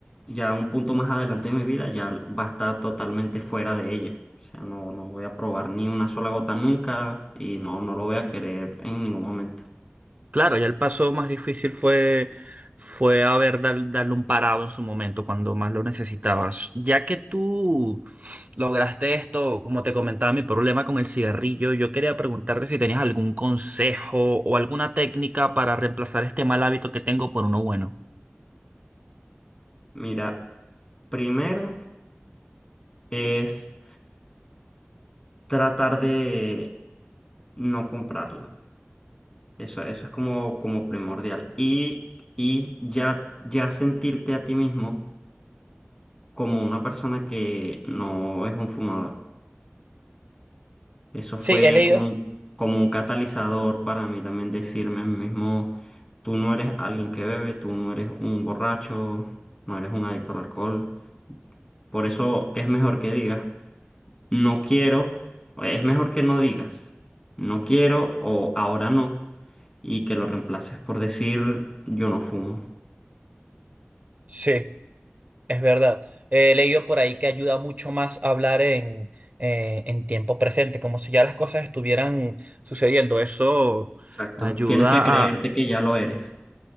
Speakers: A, on the left; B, on the right.
A: ya un punto más adelante de mi vida ya va a estar totalmente fuera de ella. O sea, no, no voy a probar ni una sola gota nunca y no, no lo voy a querer en ningún momento.
B: Claro, ya el paso más difícil fue, fue haber dar- darle un parado en su momento, cuando más lo necesitabas. Ya que tú lograste esto, como te comentaba, mi problema con el cigarrillo, yo quería preguntarte si tenías algún consejo o alguna técnica para reemplazar este mal hábito que tengo por uno bueno.
A: Mira, primero es tratar de no comprarlo. Eso, eso es como, como primordial. Y, y ya, ya sentirte a ti mismo como una persona que no es un fumador. Eso fue
B: Sí, he leído.
A: como un, como un catalizador para mí también decirme a mí mismo, tú no eres alguien que bebe, tú no eres un borracho, no eres un adicto al alcohol. Por eso es mejor que digas, no quiero, o es mejor que no digas, no quiero o ahora no, y que lo reemplaces por decir, yo no fumo.
B: Sí, es verdad. He leído por ahí que ayuda mucho más a hablar en, eh, en tiempo presente, como si ya las cosas estuvieran... sucediendo. Eso
A: Exacto.
B: ayuda
A: Tienes que creerte
B: a,
A: que ya lo eres.